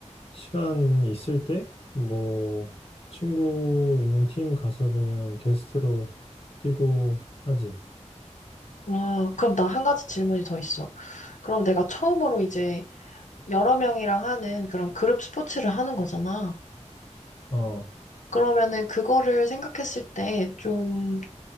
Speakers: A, on the left; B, on the left.
A: 시간 있을 때, 뭐, 친구 있는 팀 가서 그냥 게스트로 뛰고 하지.
B: 아, 그럼 나 한 가지 질문이 더 있어. 그럼 내가 처음으로 이제 여러 명이랑 하는 그런 그룹 스포츠를 하는 거잖아.
A: 어,
B: 그러면은 그거를 생각했을 때 좀